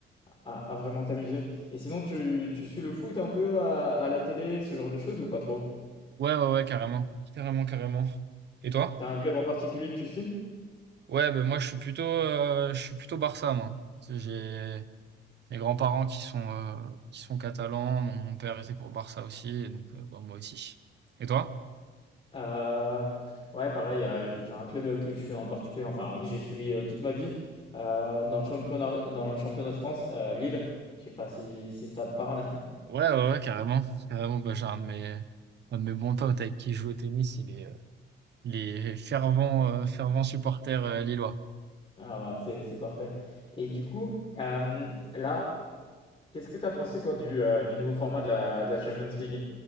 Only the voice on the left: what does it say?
à- à vraiment t'amuser. Et sinon, tu, tu suis le foot un peu à, à la télé, ce genre de choses ou pas trop?
T'as un club en particulier que tu suis?
Euh, ouais, pareil, euh, j- j'ai un club que je suis en particulier, enfin, que j'ai suivi euh, toute ma vie, euh, dans le championnat, dans le championnat de France, euh, Lille. Je sais pas si, si ça te parle. <laughs>
Ah, bah, c'est c'est parfait. Et du coup, euh, là, Qu'est-ce que tu as pensé, toi, du, euh, du nouveau format de la, de la Champions League?